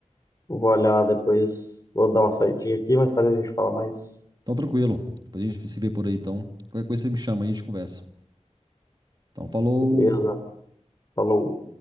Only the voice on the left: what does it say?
Vou olhar depois. Vou dar uma saidinha aqui, mais tarde a gente fala mais.
Beleza. Falou.